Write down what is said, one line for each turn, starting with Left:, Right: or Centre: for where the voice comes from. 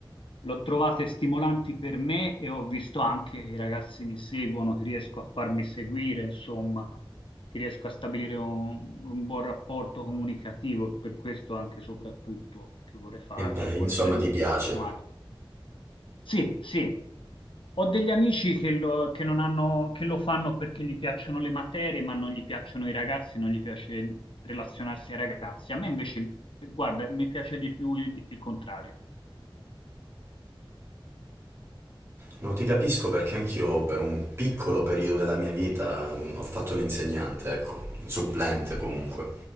Left: l'ho trovate stimolanti per me e ho visto anche che i ragazzi mi seguono, che riesco a farmi seguire, insomma, che riesco a stabilire un, un buon rapporto comunicativo. e Per questo anche e soprattutto che vorrei farlo,
Right: E beh, insomma,
Left: vorrei prendere,
Right: ti piace.
Left: vorrei continuare. Sì, sì. Ho degli amici che lo, che non hanno- che lo fanno perché gli piacciono le materie, ma non gli piacciono i ragazzi, non gli piace relazionarsi ai ragazzi. A me invece, guarda, mi piace di più il, il contrario.
Right: No, ti capisco perché anch'io per un piccolo periodo della mia vita mh, ho fatto l'insegnante, ecco, supplente comunque,